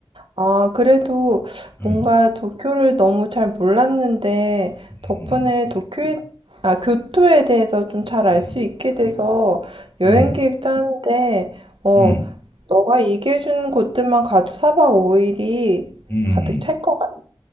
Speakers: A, on the right; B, on the left.
A: 아, 그래도
B: 음,
A: 뭔가 도쿄를 너무 잘 몰랐는데, 덕분에
B: 음,
A: 도쿄에, 아, 교토에 대해서 좀 잘 알
B: 음,
A: 수 있게 돼서 여행
B: 음, 음,
A: 계획 짜는데, 어,
B: 음,
A: 너가 얘기해준 곳들만 가도 사박오일이
B: 음. 음.
A: 가득 찰 것 같아.